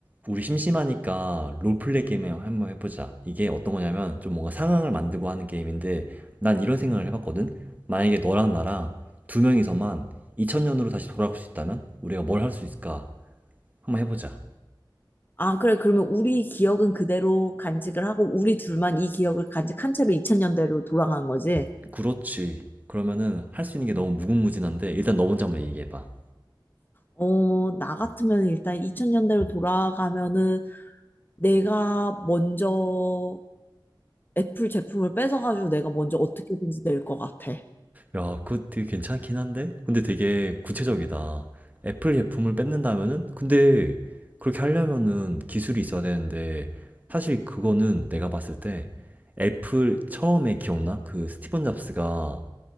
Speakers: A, on the right; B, on the left.
A: 우리 심심하니까 롤플레이 게임 한번 해보자. 이게 어떤 거냐면 좀 뭔가 상황을 만들고 하는 게임인데 난 이런 생각을 해봤거든. 만약에 너랑 나랑 두 명이서만 2000년으로 다시 돌아갈 수 있다면 우리가 뭘 할 수 있을까? 한번 해보자.
B: 아, 그래. 그러면 우리 기억은 그대로 간직을 하고, 우리 둘만 이 기억을 간직한 채로 2000년대로 돌아간 거지?
A: 그렇지. 그러면은 할 수 있는 게 너무 무궁무진한데 일단 너 먼저 한번 얘기해봐.
B: 어, 나 같으면 일단 2000년대로 돌아가면은 내가 먼저 애플 제품을 뺏어가지고 내가 먼저 어떻게든지 낼 것 같아.
A: 야, 그거 되게 괜찮긴 한데? 근데 되게 구체적이다. 애플 제품을 뺏는다면은? 근데 그렇게 하려면은 기술이 있어야 되는데, 사실 그거는 내가 봤을 때 애플 처음에 기억나? 그 스티븐 잡스가